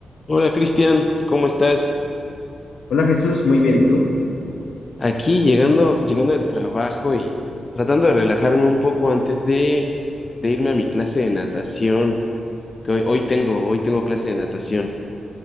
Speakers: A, on the left (about 25°); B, on the left (about 80°).
A: Hola Cristian, ¿cómo estás?
B: Hola Jesús, muy bien. ¿Y tú?
A: Aquí llegando, llegando del trabajo y tratando de relajarme un poco antes de, de irme a mi clase de natación, que hoy, hoy tengo, hoy tengo clase de natación.